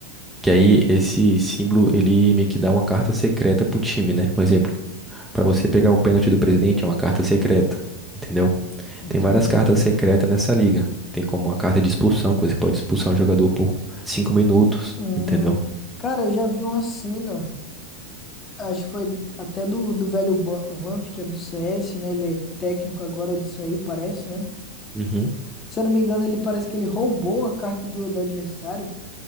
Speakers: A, in the centre; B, on the left.
A: Que aí esse símbolo, ele meio que dá uma carta secreta pro time, né? Um exemplo. para você pegar o pênalti do presidente é uma carta secreta, entendeu?
B: entendi.
A: Tem várias cartas secretas nessa liga. Tem como uma carta de expulsão, que você pode expulsar um jogador por cinco minutos,
B: Hum,
A: entendeu?
B: cara, eu já vi uma cena, acho que foi até do, do velho Ba- Vamp, que é do CS, né? Ele é técnico agora disso aí, parece, né?
A: Uhum.
B: Se eu não me engano, ele parece que ele roubou uma carta do, do adversário,